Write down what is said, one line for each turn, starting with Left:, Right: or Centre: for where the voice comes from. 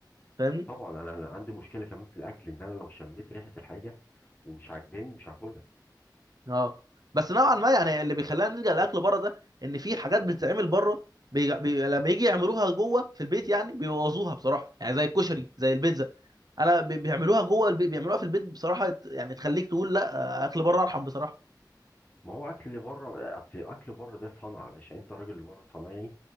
Right: فاهمني
Left: طبعا انا أنا عندي مشكله كمان في الاكل ان انا لو شميت ريحه الحاجه ومش عاجباني مش هاكلها
Right: اه بس نوعا ما يعني اللي بيخلينا نلجا لاكل بره ده ان في حاجات بتتعمل بره بي... بي... لما يجي يعملوها جوه في البيت يعني بيبوظوها بصراحه يعني زي الكشري زي البيتزا انا بي... بيعملوها جوه البيت بيعملوها في البيت بصراحه يت- يعني تخليك تقول لا آه، اكل بره ارحم بصراحه
Left: ما هو اكل اللي بره اصل اكل بره ده صنعه يا باشا انت الراجل اللي بره صنايعي